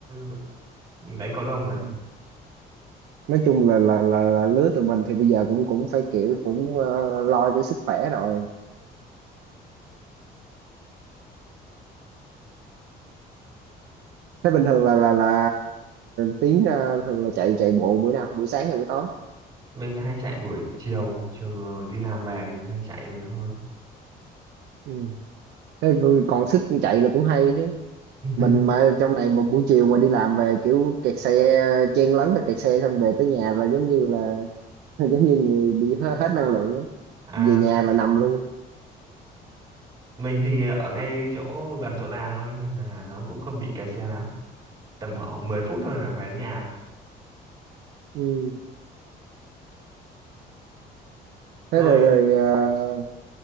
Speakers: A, on the right; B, on the right.
A: ờ, đánh cầu lông mà
B: ừ. nói chung là là là, là lứa tụi mình thì bây giờ cũng cũng phải kiểu cũng ờ, lo cho sức khỏe rồi thế bình thường là là là Tiến à, thường là chạy chạy bộ buổi nào buổi sáng hay buổi tối
A: mình hay chạy buổi chiều chiều đi làm về thì mình hay chạy nhiều hơn
B: Ừ. thế rồi còn sức chạy là cũng hay chứ
A: <laughs>
B: mình mà trong này một buổi chiều mà đi làm về kiểu kẹt xe chen lấn là kẹt xe xong về tới nhà là giống như là <laughs> giống như người bị hết, hết năng lượng ấy.
A: à
B: về nhà là nằm luôn
A: mình thì ở ngay chỗ gần chỗ làm thôi nên là nó cũng không bị kẹt xe lắm tầm khoảng 10 phút thôi là về đến nhà
B: Ừ.
A: rồi
B: thế rồi rồi ờ,